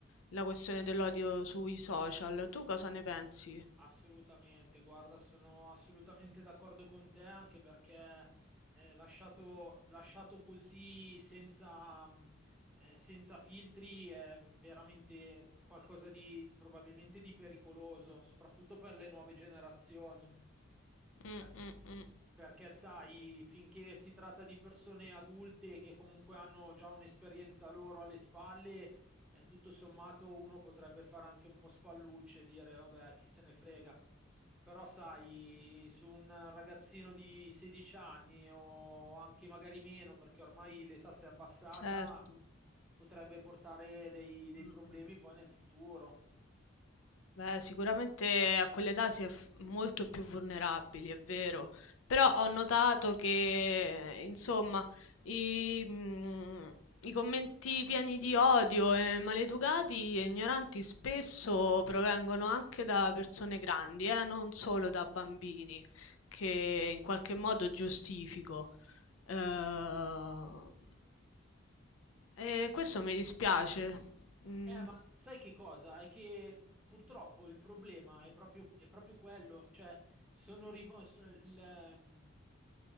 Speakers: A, on the left; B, in the centre.
A: la questione dell'odio sui social. Tu cosa ne pensi?
B: Assolutamente, guarda, sono assolutamente d'accordo con te, anche perché eh, lasciato, lasciato così senza, mh, eh, senza filtri è veramente qualcosa di probabilmente di pericoloso, soprattutto per le nuove generazioni.
A: Mm,
B: Per-
A: mm, mm.
B: perché sai, finché si tratta di persone adulte che comunque hanno già un'esperienza loro alle spalle, e tutto sommato uno potrebbe fare anche un po' spallucce, e dire vabbè, chi se ne frega. Però sai, su un ragazzino di 16 anni o anche magari meno, perché ormai l'età si è abbassata,
A: Certo.
B: potrebbe portare dei, dei
A: Mm,
B: problemi
A: mm.
B: poi nel futuro.
A: Beh, sicuramente a quell'età si è f- molto più vulnerabili, è vero, però ho notato che, insomma, i, mm, i commenti pieni di odio e maleducati e ignoranti spesso provengono anche da persone grandi, eh, non solo da bambini, che in qualche modo giustifico. Eh, E questo mi dispiace. Mm,
B: Eh, ma sai che cosa? È che mh, purtroppo il problema è proprio, è proprio quello, cioè sono rivo- so- il, ehm,